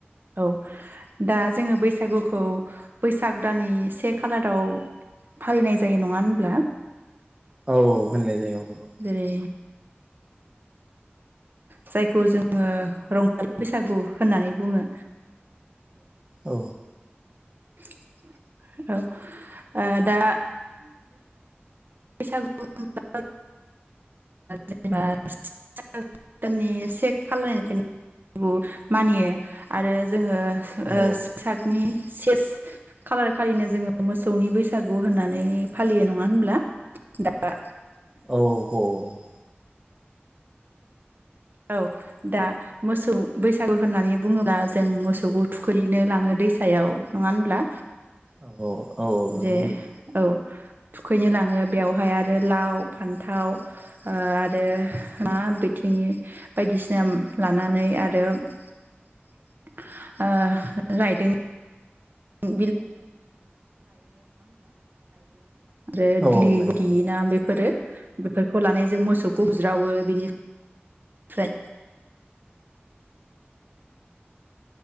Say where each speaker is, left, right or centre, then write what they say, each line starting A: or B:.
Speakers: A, on the right (about 50°); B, on the right (about 20°).
A: औ दा जोङो बैसागुखौ बैसाग दाननि से खालाराव फालिनाय जायो नङा होनब्ला।
B: औ फालिनाय‌ जायो। नंगौ
A: जेरै जायखौ जोङो रंजालि बैसागु होननानै बुङो।
B: औ
A: <unintelligible> औ दा बैसागु <unintelligible> जेनेबानि से खालामनायनिफ्रायनो मानियो आरो जोङो
B: औ
A: ओ <unintelligible> से खालार खालिनो जोङो मोसौनि बैसागु होननानै फालियो नङा होनब्ला। <unintelligible>
B: औ <unintelligible>
A: औ दा मोसौ बैसागु होननानै बुङोब्ला जों मोसौखौ थुखैनो लाङो दैसायाव नङा होनब्ला।
B: औ-औ-औ-औ लांनाय
A: जे
B: जायो।
A: औ थुखैनो लाङो बेवहाय आरो लाव फान्थाव ओ आरो मा <unintelligible> बायदिसिना लानानै आरो ओ रायदों <unintelligible> आरो दिगलि
B: औ
A: लितिना
B: लायो
A: बेफोरो बेफोरखौ लानानै जों मोसौखौ बुज्रावो बेनिफ्राय